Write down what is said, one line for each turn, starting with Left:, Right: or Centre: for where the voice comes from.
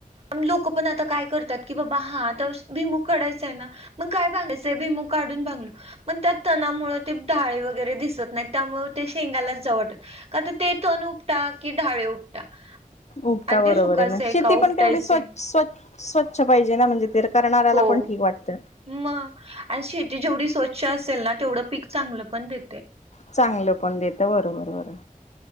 Right: लोक पण आता काय करतात की बाबा हा आता भु ई मूग काढायचाय ना मग काय बांगायचं ते भुईमूग काढून बांगलो मग त्या तणामुळे ते ढाळी वगैरे दिसत नाही त्यामुळे ते शेंगायलाच जाऊ वाटत नाही काता ते तण उपटा कि ढाळे उपटा
Left: उपटा
Right: आणि
Left: बरोबर
Right: ते सुकायचंय
Left: आहे म शेती
Right: का
Left: पण
Right: उपटायचंय
Left: तेवढे स्वच स्व स्वच्छ पाहिजे ना म्हणजे ते करणाऱ्याला
Right: हो
Left: पण ठीक वाटतं.
Right: मग आणि शेती जेवढी स्वच्छ ् असेल ना तेवढं पीक चांगलं पण देते
Left: चांगलं पण देत बरोबर बरोबर